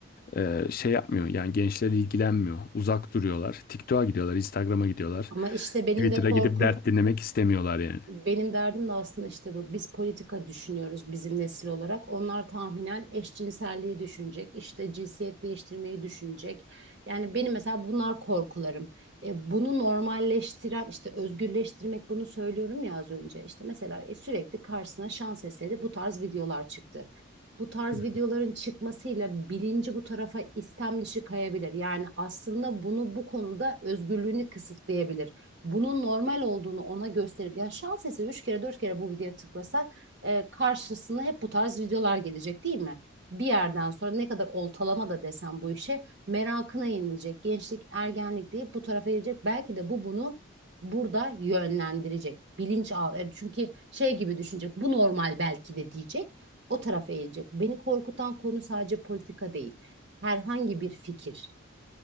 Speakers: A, on the left; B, on the right.
A: e, şey yapmıyor yani gençler ilgilenmiyor. Uzak duruyorlar. TikTok'a gidiyorlar, Instagram'a gidiyorlar.
B: Ama işte benim
A: Twitter'a
B: de korkum
A: gidip dert dinlemek istemiyorlar yani.
B: Benim derdim de aslında işte bu. Biz politika düşünüyoruz bizim nesil olarak. Onlar tahminen eşcinselliği düşünecek, işte cinsiyet değiştirmeyi düşünecek. Yani benim mesela bunlar korkularım. E, bunu normalleştiren, işte özgürleştirmek bunu söylüyorum ya az önce. İşte mesela e, sürekli karşısına şans eseri bu tarz videolar çıktı. Bu tarz
A: Hı.
B: videoların çıkmasıyla bilinci bu tarafa istem dışı kayabilir. Yani aslında bunu bu konuda özgürlüğünü kısıtlayabilir bunun normal olduğunu ona gösterip yani şans eseri 3 kere 4 kere bu videoya tıklasa e, karşısına hep bu tarz videolar gelecek değil mi? Bir yerden sonra ne kadar oltalama da desem bu işe merakına yenilecek. Gençlik, ergenlik deyip bu tarafa gelecek. Belki de bu bunu burada yönlendirecek. Bilinç al. yani Çünkü şey gibi düşünecek. Bu normal belki de diyecek. O tarafa eğilecek. Beni korkutan konu sadece politika değil. Herhangi bir fikir.